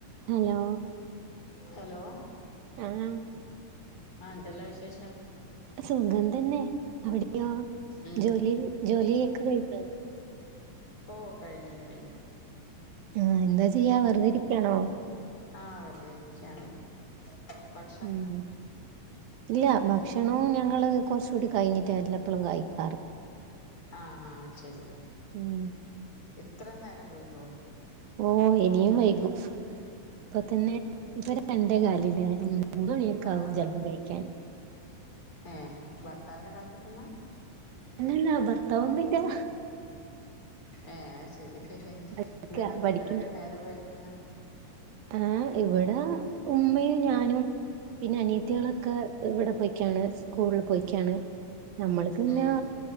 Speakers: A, on the right; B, on the left.
A: Hello
B: hello
A: ആഹ്
B: ആ ന്തല്ലാ വിശേഷം
A: സുഖം തന്നെ അവിടെയൊ
B: ഉം
A: ജോലി ജോലിക്ക കഴിഞ്ഞ
B: ഓഹ് കഴ്‌ഞ്ഞു, കഴ്‌ഞ്ഞു.
A: ആഹ് എന്താ ചെയ്യാ വെറുതെ ഇരിക്കാണോ?
B: ആഹ് വെർതെരിക്കാണ്. ബഗ്
A: ഉം ഉം ഇല്ല ഭക്ഷണോം ഞങ്ങൾ കൊർചൂടി കഴിഞ്ഞിട്ട എല്ലപ്പഴും കഴിക്കാറ്.
B: ആഹ് അഹ് ശെരി.
A: ഉം
B: ഇത്രേ ന്നേരംവെയ്കോ?
A: ഓഹ് ഇനിയും വൈകും ഇപ്പതന്നെ ഇപ്പൊ രണ്ടേ കാല് ലേ ഉം. മൂന്ന് മണിയൊക്കാവും
B: ആ
A: ചെൽപ്പം കഴിക്കാൻ.
B: ഏ ഭർത്താവിനെ കാത്ത്ക്ക്ന്ന?
A: അല്ലല്ലാ ഭർത്താവൊന്നില്ല.
B: ഏഹ് അഹ് ശെരി
A: പഠിക്ക
B: ഇന്നെട്ടെന്താ
A: പഠിക്കുന്ന
B: ഇത്രേം ന്നേരം വൈകിക്കുന്നെ?
A: ഏഹ് ഇവിടെ ഉമ്മിഞാനും പിന്നെ അനീത്തികളൊക്കെ ഇവടെ പോയ്ക്കാണ് സ്കൂളിൽ പോയിക്കാണ്. ഞമ്മൾക്ക്ന്നെ
B: ഉം